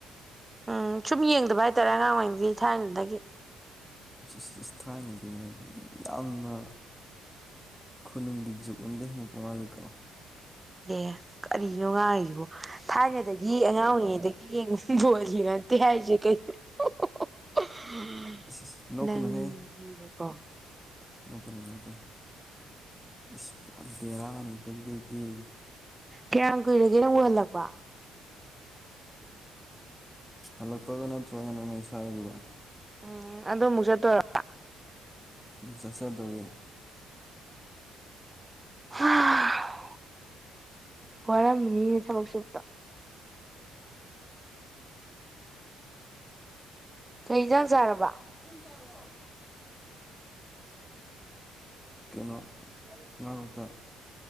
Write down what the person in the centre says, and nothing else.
ꯏꯁ <unintelligible> ꯊꯥꯏꯅꯗꯤ ꯑꯩ ꯌꯥꯝꯅ ꯈꯨꯅꯨꯡꯒꯤ ꯖꯨꯀꯣꯝꯗꯒꯤ ꯍꯤꯡ ꯃꯄ ꯃꯥꯥꯂꯤꯀꯣ
ꯏꯁ ꯏꯁ ꯅꯣꯛꯀꯅꯨꯍꯦ
ꯅꯣꯛꯀꯅꯨ ꯅꯣꯛꯀꯅꯨ ꯕꯦꯔꯥꯅꯤ ꯏꯁ ꯄꯨꯔꯥ ꯕꯦꯔꯥꯅꯤꯕꯨ ꯗꯨꯗꯩꯗꯤ꯫
ꯍꯜꯂꯛꯄꯒ ꯅꯠꯇ꯭ꯔꯒ ꯅꯨꯃꯤꯠꯁ ꯍꯥꯏꯕꯤꯔꯣ
ꯎꯝ ꯆꯠꯆꯗꯣꯔꯦ꯫
ꯖꯔ ꯑꯣꯏ ꯀꯩꯅꯣ ꯉꯥꯉꯣꯛꯇ